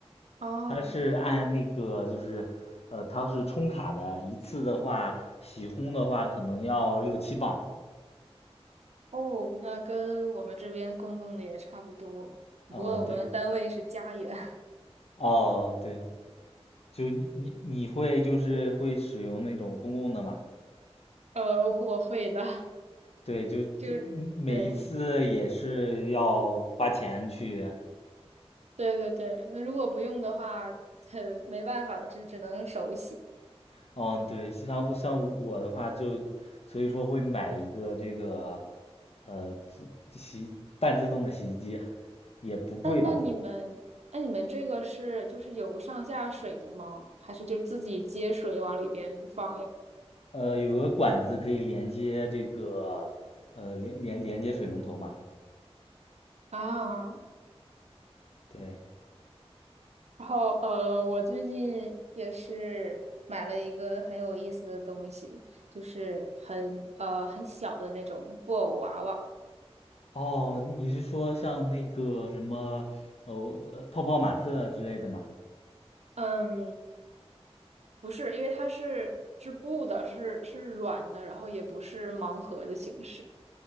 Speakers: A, on the right (about 85°); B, on the left (about 70°).
A: 哦，
B: 它是按那个就是，呃，它是充卡的，一次的话洗烘的话可能要六七磅，
A: 哦，那跟我们这边公共的也差不多，只不过我们单位是家园。
B: 嗯，对，
A: <laughs>
B: 哦，对，就你你你会就是会使用那种公共的吗？
A: 呃，我会的，
B: 对，就就每一次也是要花钱去，
A: 就是。对，对对对，那如果不用的话，很没办法了，这只能手洗。
B: 嗯，对，像像我的话就，所以说会买一个这个，呃，这洗半自动的洗衣机，也不贵吧，
A: 那那你们，
B: 是吧？
A: 那你们这个是就是有上下水的吗？还是就自己接水往里边放呀？
B: 呃，有个管子可以连接这个，呃，连连连接水龙头嘛，
A: 啊，
B: 对，
A: 然后呃，我最近也是买了一个很有意思的东西，就是很呃很小的那种布偶娃娃。
B: 哦，你是说像那个什么，哦，呃泡泡玛特之类的吗？
A: 嗯，不是，因为它是是布的，是是软的，然后也不是盲盒的形式。